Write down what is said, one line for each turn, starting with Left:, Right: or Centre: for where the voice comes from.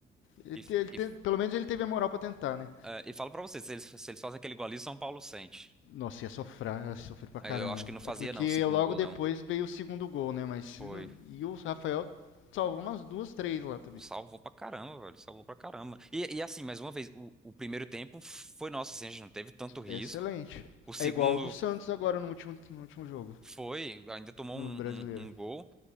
Left: Ele,
Centre: E,
Left: te- ele
Centre: e,
Left: te- pelo menos ele teve a moral pra tentar, né?
Centre: eh, e falo pra vocês, se eles, se eles fazem aquele gol ali, São Paulo sente.
Left: Nossa, ia sofrer, ia sofrer pra
Centre: Eh,
Left: caramba.
Centre: Eu acho
Left: mano.
Centre: que não fazia,
Left: É porque
Centre: não, o segundo
Left: logo
Centre: gol,
Left: depois
Centre: não.
Left: veio o segundo gol, né? Mas se
Centre: Foi.
Left: não- e o Rafael salvou umas duas, três lá também.
Centre: Salvou pra caramba, velho. Salvou pra caramba. E, e assim, mais uma vez, o, o primeiro tempo foi nosso, assim, a gente não teve tanto risco.
Left: Excelente.
Centre: O segundo
Left: É igual o do Santos agora no último, no último jogo,
Centre: foi, ainda tomou
Left: no
Centre: um,
Left: brasileiro.
Centre: um, um gol.